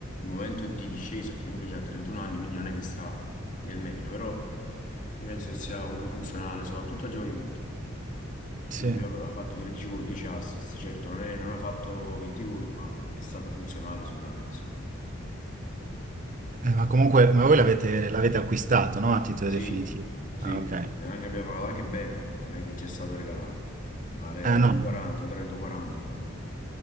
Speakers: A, on the left (about 40°); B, on the right (about 40°).
A: momento di discesa, che comunque c'ha 31 anni, quindi non è che sta nel meglio, però io penso che sia comunque funzionale, soprattutto a gioco di punta.
B: Sì.
A: Quindi
B: Eh,
A: lui aveva fatto 13 gol, 10 assist. Certo, non, è- non ha fatto 20 gol, ma è stato funzionale sicuramente, secondo me.
B: ma comunque, ma voi l'avete l'avete acquistato, no? A titolo
A: Sì,
B: definitivo.
A: sì,
B: Ah, ok. Eh,
A: e anche, abbiamo pagato anche bene, non è che ci è stato regalato. Mi pare
B: no,
A: o
B: no.
A: 40, o 30, o 40 comunque.